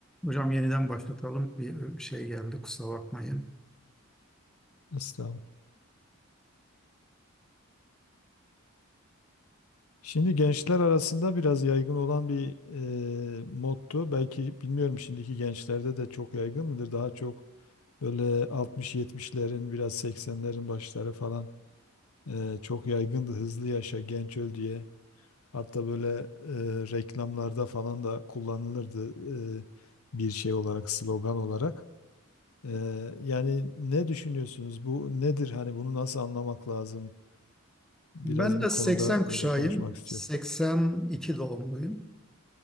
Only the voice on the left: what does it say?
Estağfurullah. Şimdi gençler arasında biraz yaygın olan bir e, moddu. Belki bilmiyorum şimdiki gençlerde de çok yaygın mıdır? Daha çok böyle altmış-yetmişlerin, biraz seksenlerin başları falan e, çok yaygındı. Hızlı yaşa, genç öl diye. Hatta böyle e, reklamlarda falan da kullanılırdı e, bir şey olarak, slogan olarak. E, yani ne düşünüyorsunuz? Bu nedir? Hani bunu nasıl anlamak lazım? Biraz
bu
konuda
böyle konuşmak istiyorum.